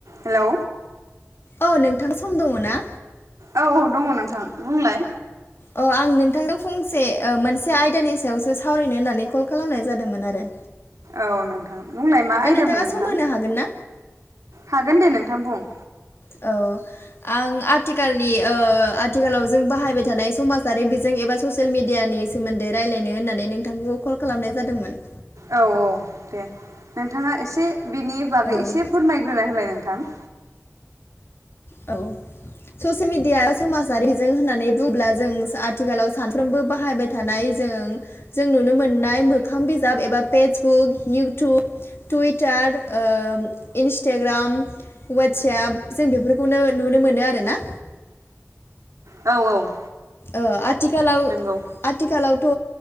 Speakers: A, on the right; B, on the left.
A: Hello.
B: औ नोंथां सम दङ ना?
A: औ औ दङ नोंथां बुंलाय।
B: अ आं नोंथांजों फंसे ओ मोनसे आयदानि सायावसो सावरायनो होननानै कल खालामनाय जादोंमोन आरो।
A: औ नोंथां बुंलाय मा
B: दा
A: आयदामोन
B: नोंथाङा
A: नोंथां
B: सम होनो हागोन ना?
A: हागोन दे नोंथां बुं।
B: औ। आं आथिखालनि ओ आथिखालाव जों बाहायबाय थानाय समाजारि बिजों एबा ससियेल मेडियानि सोमोन्दै रायलायनो होननानै नोंथांखौ कल खालामनाय जादोंमोन।
A: औ औ दे नोंथाङा एसे बेनि बागै
B: औ
A: एसे फोरमायग्रोना होलाय नोंथां।
B: औ। ससियेल मिडिया समाजारिजों होननानै बुङोब्ला जों आथिखालाव सानफ्रोमबो बाहायबाय थानाय जों जों नुनो मोननाय मोखां बिजाब एबा फेसबुक इउटुब टुइटार ओ इन्स्टाग्राम वाटसप जों बेफोर खौनो नुनो मोनो आरोना।
A: औ औ।
B: ओ आथिखालाव
A: नंगौ
B: आथिखालावथ'